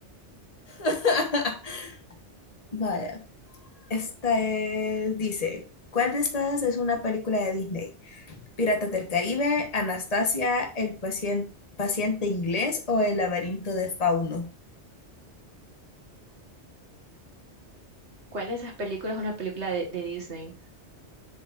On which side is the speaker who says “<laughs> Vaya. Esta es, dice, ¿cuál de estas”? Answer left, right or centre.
Left